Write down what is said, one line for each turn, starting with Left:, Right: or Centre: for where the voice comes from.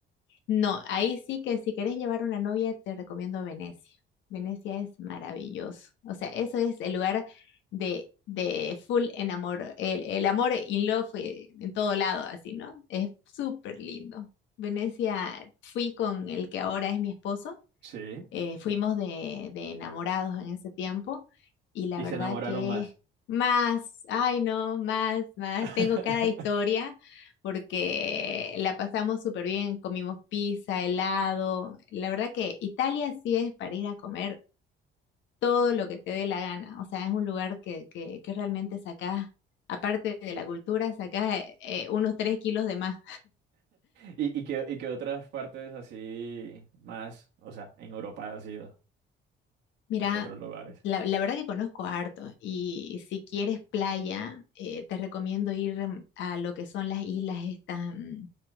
Left: no, ahí sí que si querés llevar una novia, te recomiendo Venecia. Venecia es maravilloso. O sea, eso es el lugar de, de full enamor, el, el amor in love eh, en todo lado, así, ¿no? Es súper lindo. Venecia, fui con el que ahora es mi esposo
Right: Sí.
Left: Eh, fuimos de, de enamorados en ese tiempo y la
Right: Y
Left: verdad
Right: se enamoraron
Left: que
Right: más.
Left: más, ay no, más, más,
Right: <laughs>
Left: tengo cada historia porque la pasamos súper bien, comimos pizza, helado, la verdad que Italia sí es para ir a comer todo lo que te dé la gana, o sea, es un lugar que, que, que realmente sacás, aparte de la cultura, sacás eh, unos tres kilos de más.
Right: ¿Y, y qué, y qué otras partes así más, o sea, en Europa ha sido?
Left: Mira,
Right: ¿A qué otros lugares?
Left: la, la verdad que conozco harto y si quieres playa, eh, te recomiendo ir mm, a lo que son las islas estas, mm,